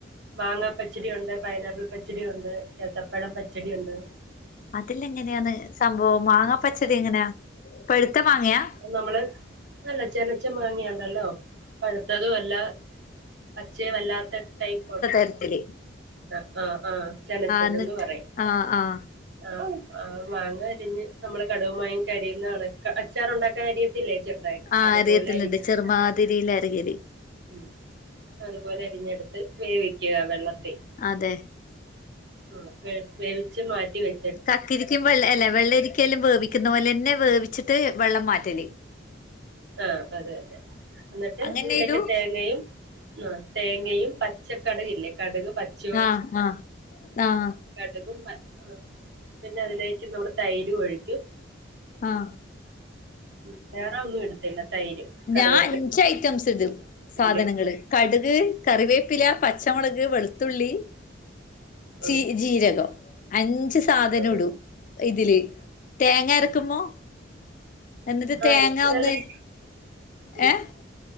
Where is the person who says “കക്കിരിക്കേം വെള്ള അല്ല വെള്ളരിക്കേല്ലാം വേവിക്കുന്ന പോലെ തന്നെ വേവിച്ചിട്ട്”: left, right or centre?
Left